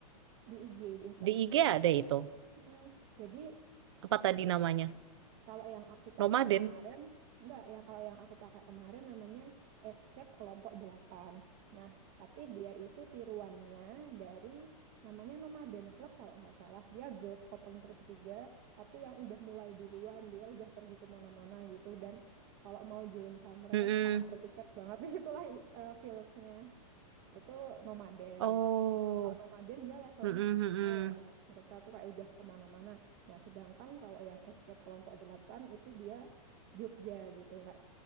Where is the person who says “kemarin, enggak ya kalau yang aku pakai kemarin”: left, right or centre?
Right